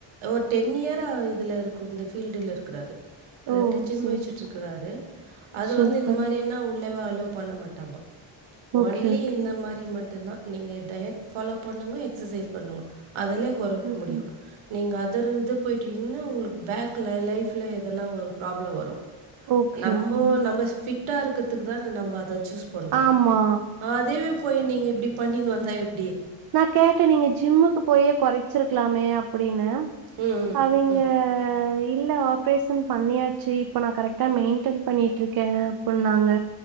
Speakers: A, on the right (about 80°); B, on the right (about 50°).
A: ஒரு டென் இயரா இதுல இருக்கு இந்த ஃபீல்டுல இருக்கிறாரு
B: ஓ சரி,
A: ஜிம் வச்சுட்டு
B: சரி.
A: இருக்கிறாரு அது
B: சூப்பர்.
A: வந்து இந்த மாரினா உள்ளவே அலோ பண்ண மாட்டாங்க
B: ஓகே,
A: ஒன்லி
B: ஓகே.
A: இந்த மா மாரி மட்டு தா நீங்க டயட் ஃபாலோ பண்ணுங்க எக்ஸ்சசை பண்ணுங்க அதலே கொறைக்க
B: ஓகே.
A: முடியு நீங்க அதர் இத போய்டிட்டீங்கன்னா உங்களுக்கு பேக்ல லைஃப்ல் எதனா ஒரு ப்ராப்ளம் வரு
B: ஓகே,
A: நம்போ
B: ஓகேங்க.
A: நம்ம ஃபிட்டா இருக்கிறதுக்கு தானே நம்ம அத சூஸ் பண்றோ
B: ஆமா.
A: அதேவே போய் நீங்க இப்டி பண்ணின்னு வந்தா எப்டி
B: நா கேட்டே நீங்க ஜிம்முக்கு போயே கொறச்சிருக்கலாமே அப்டினு
A: ம் ம்
B: அவேங்க
A: ம்
B: இல்ல ஆப்ரேஷன் பண்ணியாச்சு இப்ப நா கரெக்டா மெயின்டென் பண்ணிட்டு இருக்கே அப்டின்னாங்க